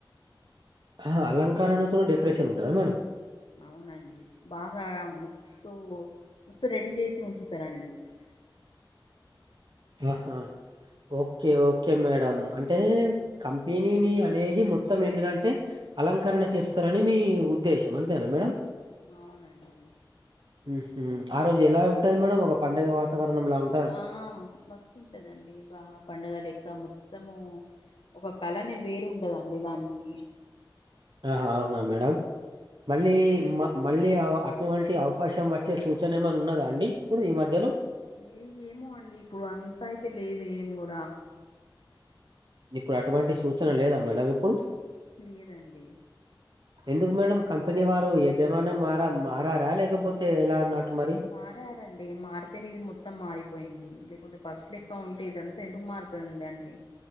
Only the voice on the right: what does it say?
ఆహా అలంకరణతో డెకరేషన్ ఉంటదా మేడం
ఆహా ఓకే ఓకే మేడం అంటే అంటే కంపెనీని అనేది మొత్తం ఏంటిదంటే అలంకరణ చేస్తారని మీ ఉద్దేశం అంతేనా మేడం
మ్మ్ హు ఆ రోజు ఎలా ఉంటాది మేడం ఒక పండగ వాతావరణంలా ఉం
ఆహా అవునా మేడం మళ్ళీ
మ మళ్ళీ అటువంటి అవకాశం వచ్చే సూచన ఏమైనా ఉన్నదా అండి ఇప్పుడు ఈ మధ్యలో
ఇప్పుడు అటువంటి సూచన లేదా మేడం ఇప్పుడు
ఎందుకు మేడం కంపెనీ వారు యజమానం వారా మారారా లేకపోతే ఎలా అన్నట్టు మరి